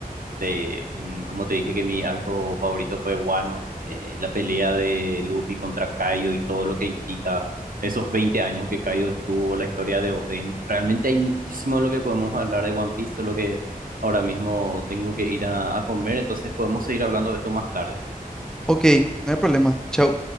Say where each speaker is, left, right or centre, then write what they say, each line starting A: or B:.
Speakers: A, on the right (about 65°); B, in the centre.
A: de, en, como te dije que mi arco favorito fue Wano, eh, la pelea de Luffy contra Kaido y todo lo que implica esos 20 años que Kaido estuvo, la historia de Oden. Realmente hay muchísimo de lo que podemos hablar de One Piece, solo que ahora mismo tengo que ir a, a comer, entonces podemos seguir hablando de esto más tarde.
B: Ok, no hay problema. Chao.